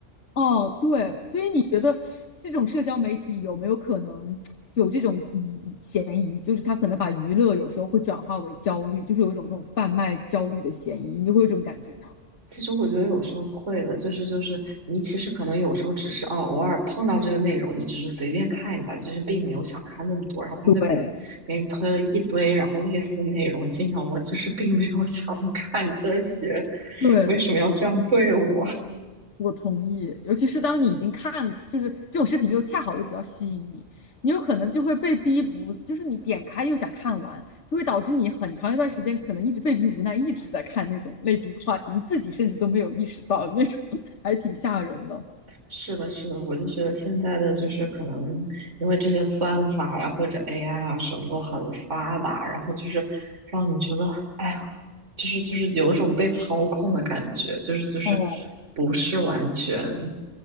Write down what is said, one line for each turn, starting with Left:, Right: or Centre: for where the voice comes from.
Left: 哦，对，所以你觉得这种社交媒体有没有可能有这种疑疑嫌疑？就是他可能把娱乐有时候会转化为焦虑，就是有一种那种贩卖焦虑的嫌疑，你会有这种感觉吗？
Right: 其实我觉得有时候会的，就是就是你其实可能有时候只是哦偶尔碰到这个内容，你只是随便看一下，其实并没有想看那么多，然后他就给你给你推了一堆，
Left: 对，
Right: 然后类似内容进来，我就是并没有想看这些，
Left: 对，
Right: 为什么要这样对我？
Left: 我同意，尤其是当你已经看，就是这种视频又恰好又比较吸引你，你有可能就会被逼无，就是你点开又想看完，就会导致你很长一段时间可能一直被逼无奈，一直在看那种类型的话题，你自己甚至都没有意识到那种，<laughs> 还挺吓人的。
Right: 是的，是的，我就觉得现在的就是可能因为这些算法呀或者 AI 啊什么都很发达，然后就是让你觉得，哎呀，就是就是有一种被操控的感觉，就是就是不是完全，
Left: 哦。